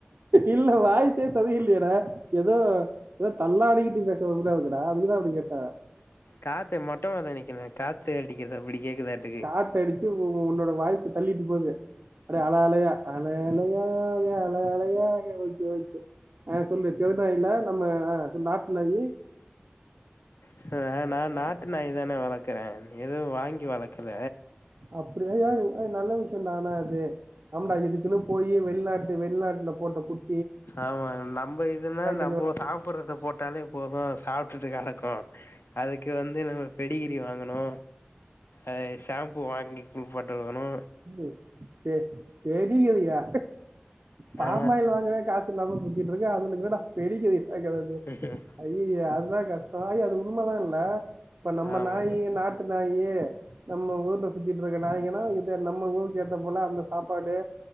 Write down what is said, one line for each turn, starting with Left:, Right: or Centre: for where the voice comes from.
Right: இல்ல வாய்சே சதியில்லயேடா எதோ எதோ தல்லாடிக்கிட்டு பேசறது போல இருக்குடா அதுக்குதா அப்டி கேட்டே.
Left: காத்து மொட்டமால்ல நிக்கிறணே காத்து அடிக்குது அப்பிடி கேக்குதா என்
Right: காத்தடிச்சு உ உன்னோட வாய்சு தள்ளிட்டு போது அடே அல அலயா அலையா அலையாக அல அலையாக ஓகே ஓகே அ சொல்லு தெரு நாய் இல்ல நம்ம அ நாட் நாயி
Left: ப்ப நா நாட்டு நாய்தாண்ணே வளக்குறே எதுவு வாங்கி வளக்கல.
Right: அப்டில்லா யாரு அது நல்ல விஷ்யந்தான அது நம்ப இதுக்குன்னு போயி வெள்நாட் டு வெள்நாட்ல போட்ட குட்
Left: ஆமா நம்ப இதுன்னா நம்போ
Right: வந்து வளர்த்து
Left: சாப்பட்றத போட் டாலே போது அது சாப்டுட்டு கெடக்கு, அதுக்கு வந்து நம்ம பெடிகிரி வாங்குணு. அ ஷாம்பூ வாங்கி குள்ப்பாட்ட வேணு.
Right: ம் பெ பெடிகிரியா பாம்
Left: ஆ
Right: ஆயில் வாங்கவே காசு இல்லாம சுத்திட்ருக்க அதுகுளுகென்னடா பெடிகிரி <unintelligible>
Left: ஹ்ஹ்
Right: அய்யய்ய அதுதா கஷ்டோ அய் அது உண்மதா இல்ல இப்ப நம்ம
Left: ஆமாங்க
Right: நாயி நாட் டு நாயி நம்ம கூட இந்த சுத்திட்ருக்க நாய்ங்கனா இ து நம்ம ஊருக்கு ஏத்த போல அந்த சாப்பாடு